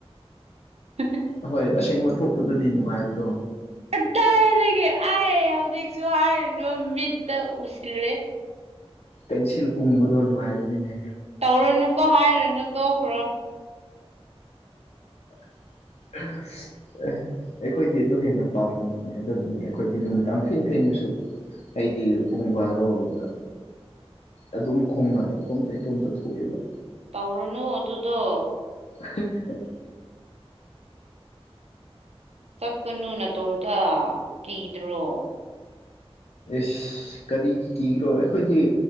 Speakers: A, on the right (about 80°); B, on the left (about 85°).
A: <unintelligible>
B: ꯑꯣꯏ ꯑꯁꯦꯡꯕ ꯊꯣꯛꯄꯗꯨꯅꯤ ꯅꯨꯡꯉꯥꯏꯕꯗꯣ
A: ꯀꯗꯥꯏꯗꯒꯤ ꯑꯩꯥꯏ ꯍꯧꯖꯤꯛꯁꯨ ꯍꯥꯏꯔꯨꯅꯨ ꯃꯤꯠꯇ ꯎꯁꯤꯜꯂꯦ
B: ꯄꯦꯟꯁꯤꯜ ꯎꯪꯕꯗꯣ ꯅꯨꯡꯉꯥꯏꯕꯅꯤꯅꯦ
A: ꯇꯧꯔꯨꯅꯨꯀꯣ ꯍꯥꯏꯔꯨꯅꯨ ꯇꯣꯛꯈ꯭ꯔꯣ
B: <unintelligible> ꯑꯩꯈꯣꯏꯗꯤ ꯑꯗꯨ ꯍꯦꯟꯅ ꯄꯥꯝꯕꯅꯤꯅꯦ ꯑꯗꯨꯒꯤꯅꯦ ꯑꯩꯈꯣꯏꯗꯤ ꯅꯨꯃꯤꯗꯥꯡ ꯊꯦꯡ ꯊ‌ꯦꯡꯅꯁꯨ ꯑꯩꯗꯤ ꯄꯨꯡ ꯕꯥꯔꯣꯒꯗ ꯑꯗꯨꯝ ꯈꯣꯡꯅꯥ ꯏꯇꯣꯝꯇ ꯏꯇꯣꯝꯇ ꯊꯣꯛꯑꯦꯕ
A: ꯇꯧꯔꯅꯨ ꯑꯗꯨꯗꯣ
B: <unintelligible>
A: ꯆꯠꯀꯅꯨ ꯅꯇꯣꯝꯇ ꯀꯤꯗ꯭ꯔꯣ
B: ꯏꯁ ꯀꯔꯤꯒꯤ ꯀꯤꯒꯦꯔꯣ ꯑꯩꯈꯣꯏꯗꯤ